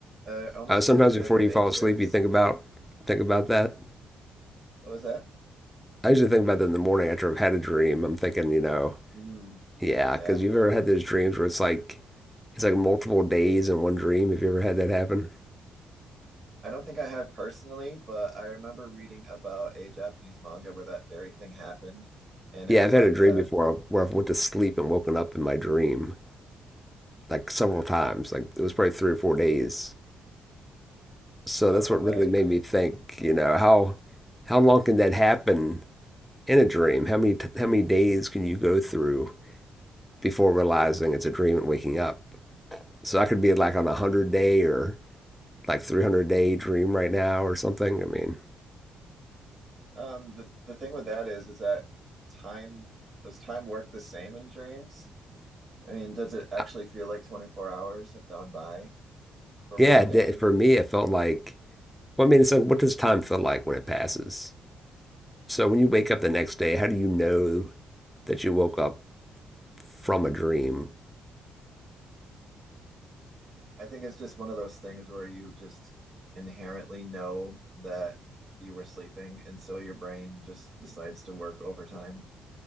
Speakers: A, on the right; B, in the centre.
A: Uh, it almost
B: Uh,
A: reminds
B: sometimes
A: me
B: before
A: of The Matrix.
B: you fall asleep, you think about think about that.
A: What was that?
B: I usually think about that in the morning after I've had a dream. I'm thinking, you know,
A: Hmm.
B: yeah,
A: Yeah.
B: because you've ever had those dreams where it's like it's like multiple days in one dream. Have you ever had that happen?
A: I don't think I have personally, but I remember reading about a Japanese manga where that very thing happened. And
B: Yeah,
A: it was
B: I've had
A: like
B: a dream
A: a,
B: before where i went to sleep and woken up in my dream like several times. Like it was probably three or four days. So
A: wow,
B: that's
A: no
B: what
A: way.
B: really made me think, you know, how how long can that happen in a dream? How many t- how many days can you go through before realizing it's a dream and waking up? So I could be like on a 100 day or like 300 day dream right now or something. I mean,
A: Um, the the thing with that is, is that time, does time work the same in dreams? I mean, does it actually
B: I-
A: feel like 24 hours have gone by? for
B: yeah,
A: one
B: that-
A: day.
B: for me it felt like well, I mean, so what does time feel like when it passes? So when you wake up the next day, how do you know that you woke up from a dream?
A: I think it's just one of those things where you just inherently know that you were sleeping, and so your brain just decides to work overtime.